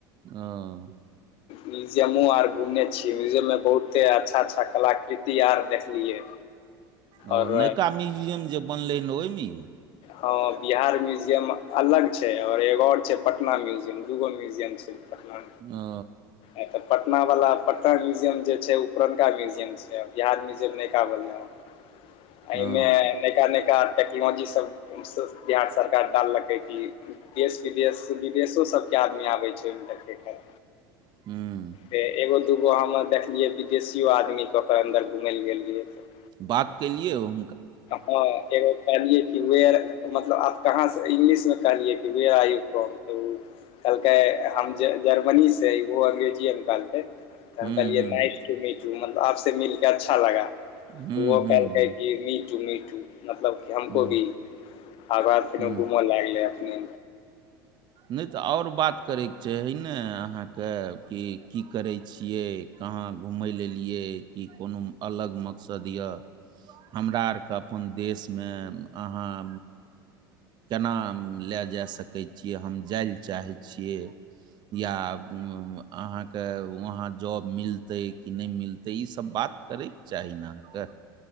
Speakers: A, on the right (about 40°); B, on the left (about 50°).
A: हँ।
B: म्यूजियमो आर घुमने छिअइ म्यूजियम में बहुत कते अच्छा अच्छा कलाकृति आर देखलियै
A: ओ
B: आओर
A: नैका म्युजियम जे बनलै न ओइमे
B: हँ बिहार म्युजियम अलग छै, और एगो और छै पटना म्युजियम दूगो म्युजियम छै। पटना
A: ओ
B: एतऽ पटना वला पटना म्युजियम जे छै ओ पुरनका म्युजियम छै, बिहार म्यूजियम नइका वनलै हैं, अइमे
A: ओ
B: नइका- नइका टेक्नोलॉजी सब ई सब बिहार सरकार डाललकै कि देश विदेश - विदेशो सभके आदमी आबै छै ओहिमे देखै ले।
A: हूं।
B: हे एगो दूगो हम अर देखलियै विदेशियो आदमीके ओकर अन्दर घुमै ले गेल गेलियै तऽ
A: बात केलियै अहुं
B: हँ एगो कहलियै वेयर मतलब आप कहाँ से इंग्लिश में कहलियै कि व्हेयर आर यू फ्राम तऽ कहलकै हम जर्मनीसे इहो अङंग्रेजिएमें कहलकै। तऽ
A: हुँ
B: हम कहलियै
A: हुँ
B: नाइस टू मीट यू मतलब आपसे मिलके अच्छा लगा
A: हुँ
B: उहो
A: हुँ
B: कहल
A: हुँ
B: कहै कि मी टू - मी टू मतलब कि हमको
A: हुँ
B: भी आंगा फेनो
A: हुँ
B: घुम लागलै हुं।
A: नै तऽ और बात करके चाही ने अहाँक के की करै छियै, कहाँ घुमय ले एलियै कि कोनो अलग मकसद य हमरा आरके अपन देश में अहाँ केना लै जा सकै छी। कि हम जाइ ले चाहै छियै। या उ - उ अहाँके वहाँ जॉब मिलतै कि नै मिलतै ई सब बात करैके चाही ने अहाँके।